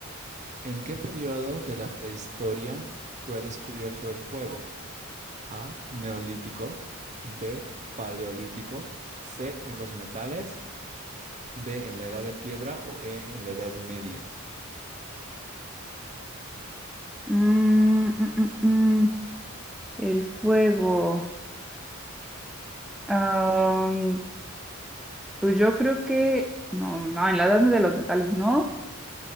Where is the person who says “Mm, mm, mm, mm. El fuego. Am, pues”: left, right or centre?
Centre